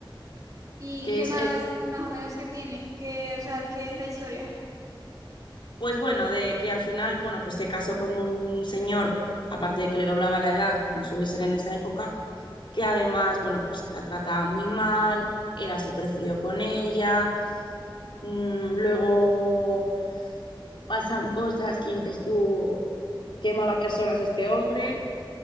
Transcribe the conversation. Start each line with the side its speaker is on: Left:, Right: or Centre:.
Right: ¿Y
Left: que
Right: qué
Left: es
Right: más,
Left: el
Right: más o menos, que tiene? que o sea, qué es la historia?
Left: Pues bueno, de que al final, bueno, pues se casó con un señor, aparte de que le doblaba la edad, como suele ser en esa época, que además, bueno, pues la trataba muy mal, era súper frío con ella, mm, luego pasan cosas que dices tú, qué mala persona es este hombre,